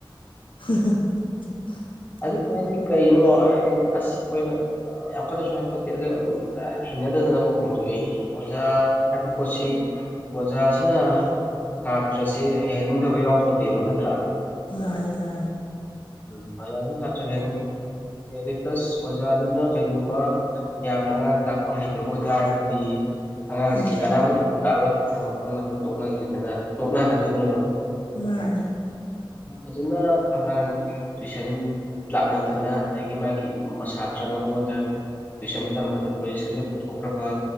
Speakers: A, on the left; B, on the left.
A: <unintelligible>
B: ꯑꯗꯨ ꯑꯣꯏ ꯇꯔꯗꯤ ꯀꯩꯅꯣ ꯑꯩꯅ ꯑꯁ ꯑꯩꯣꯏꯅ ꯌꯥꯝ ꯀꯟꯅꯁꯨ ꯍꯥꯏꯐꯣꯠꯇꯦ ꯑꯣ ꯅꯠꯇꯗꯅ ꯑꯃꯨꯛ ꯍꯣꯡꯗꯣꯛꯑꯏ ꯑꯣꯖꯥ ꯍꯥꯏꯕ ꯄꯣꯠꯁꯤ ꯑꯣꯖꯥꯁꯤꯅ ꯁꯥꯇ꯭ꯔꯁꯦ ꯍꯩꯍꯟꯅꯤꯡꯗꯕ ꯌꯥꯎꯄꯣꯠꯇꯦꯕ ꯅꯠꯇ꯭ꯔꯥ
A: ꯃꯥꯅꯤ ꯃꯥꯅꯤ
B: ꯎꯝ ꯑꯗꯨ ꯑ ꯆꯔꯆ ꯍꯔ ꯀꯗꯤ ꯄ꯭ꯂꯁ ꯑꯣꯖꯥꯗꯨꯅ ꯀꯩꯒꯨꯝꯕ ꯌꯥꯝꯅ ꯑꯉꯥꯡ ꯇꯥꯛꯄ ꯍꯩꯇꯕ ꯑꯣꯏꯇꯥꯥꯔꯒꯗꯤ ꯑꯉꯥꯡꯁꯤꯡ
A: ꯎꯝ
B: ꯀꯅꯥꯕꯨ ꯇꯥꯔꯣꯏ ꯃꯊꯪ ꯃꯊꯪ ꯃꯊꯪ ꯇꯣꯛꯅꯈꯤꯗꯅ ꯇꯣꯛꯅꯈꯗꯣꯏꯅꯦꯕ
A: ꯃꯥꯅꯦ
B: ꯑꯗꯨꯅ ꯑꯉꯥꯡ ꯇꯨꯏꯁꯟ ꯂꯥꯛꯅꯗꯅ ꯑꯗꯒꯤ ꯃꯥꯒꯤ ꯁꯥꯇ꯭ꯔ ꯃꯉꯣꯟꯗ ꯇꯨꯏꯁꯟ ꯇꯝꯕꯗ ꯄꯣꯖꯤꯁꯟꯒ ꯄꯨꯊꯣꯛꯈ꯭ꯔꯕ